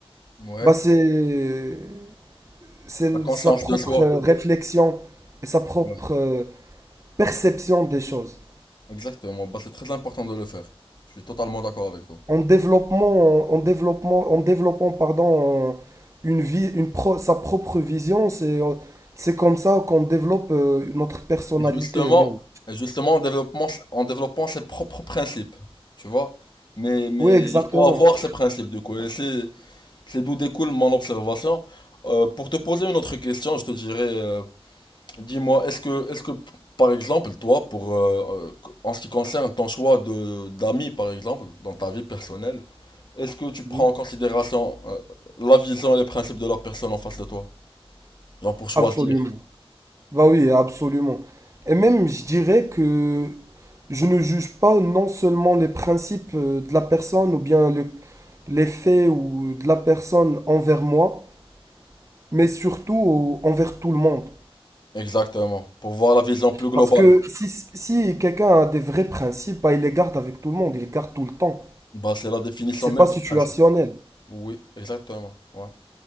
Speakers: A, on the left; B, on the right.
A: Ouais,
B: bah c'est c'est
A: la conscience
B: sa propre
A: de soi.
B: euh, réflexion et sa propre
A: Ouais.
B: euh, perception des choses.
A: Exactement, bah c'est très important de le faire, je suis totalement d'accord avec toi.
B: En développement, en, en développement, en développant, pardon, une vie, une pro- sa propre vision, c'est, euh, c'est comme ça qu'on développe euh, notre personnalité
A: Et Justement,
B: même.
A: et justement en développant, en développant ses propres principes, tu vois. Mais, mais
B: Oui, exactement.
A: il faut avoir ces principes, du coup. Et c'est, c'est d'où découle mon observation. Euh, pour te poser une autre question, je te dirais, euh, dis-moi, est-ce que, est-ce que, par exemple, toi, pour, euh, euh, en ce qui concerne ton choix de, d'amis, par exemple, dans ta vie personnelle, est-ce que tu prends
B: Mhm.
A: en considération, euh, la vision et les principes de la personne en face de toi? Genre pour choisir.
B: Absolument. Bah oui, absolument. Et même, je dirais que je ne juge pas non seulement les principes euh, de la personne ou bien le, les faits ou de la personne envers moi, mais surtout au- envers tout le monde.
A: Exactement. Pour voir la vision plus globale.
B: Parce que si, si quelqu'un a des vrais principes, bah, il les garde avec tout le monde, il les garde tout le temps.
A: Bah, c'est la définition
B: C'est
A: même
B: pas
A: du
B: situationnel.
A: principe. Oui, exactement. Ouais.